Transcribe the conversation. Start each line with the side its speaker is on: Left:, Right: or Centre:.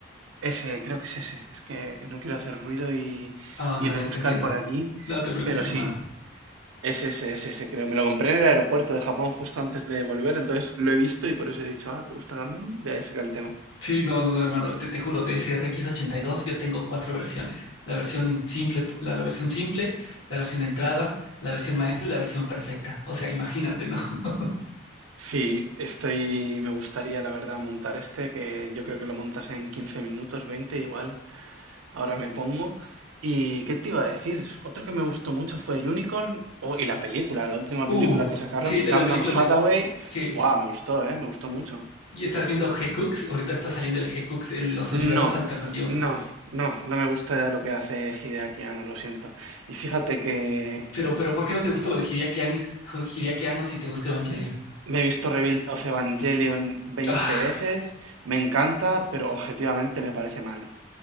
Right: ese, creo que es ese. Es que no quiero hacer ruido y,
Left: Oh,
Right: y
Left: no,
Right: rebuscar
Left: sí te entiendo.
Right: por aquí.
Left: No te preocupes,
Right: Pero sí,
Left: hermano.
Right: es ese, es ese, creo. Me lo compré en el aeropuerto de Japón justo antes de volver, entonces lo he visto y por eso he dicho, ah, ¿te gusta Gundam? De ahí saca el tema.
Left: Sí, no, no, no, hermano, te, te juro, de ese R X ochenta y dos, yo tengo cuatro versiones. La versión simple, la, la versión simple, la versión entrada, la versión maestro y la versión perfecta. O sea, imagínate, ¿no? <laughs>
Right: Sí, estoy, me gustaría la verdad montar este, que yo creo que lo montas en 15 minutos, 20 igual, ahora me pongo. ¿Y qué te iba a decir? Otro que me gustó mucho fue Unicorn, oh, y la película, la última
Left: Uh,
Right: película que sacaron,
Left: sí, la,
Right: Gundam
Left: la película de...
Right: Hathaway,
Left: Sí,
Right: buah, me gustó, eh, me gustó mucho.
Left: y estás viendo G-Cooks, ahorita está saliendo el G-Cooks, el- los
Right: No,
Left: universos alternativos.
Right: no, no, no me gusta ya lo que hace Hideaki Anno, lo siento. Y fíjate que
Left: Pero, pero, ¿por qué no te gusta lo de Hideaki Annis- Hideaki Anno si te gusta Evangelion?
Right: me he visto Rebuild of Evangelion veinte
Left: Ah,
Right: veces, me encanta, pero objetivamente me parece malo.